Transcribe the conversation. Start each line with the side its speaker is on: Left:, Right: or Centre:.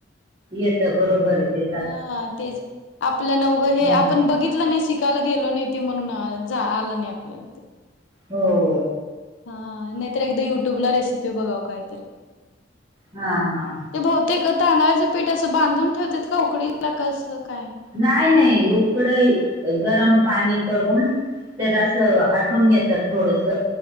Right: येत बरोबर आहे ते तर
Left: हा तेच आपल्यान उग हे
Right: हम्म
Left: आपण बघितलं नाही शिक त्याला गेलो नाही ते म्हणून आलं नाही आपल्याला ते.
Right: हो.
Left: हा नाही तर एकदा युट्यूबला रेसिपी बघाव काहीतरी
Right: हा हा.
Left: ते बहुतेक तादळाचं पीठ असं बांधून ठेवत्यात का उकडीला कसं काय?
Right: नाही नाही उकड ही
Left: हा
Right: गरम पाणी करून तेलाच असं हाटून घेतात थोडस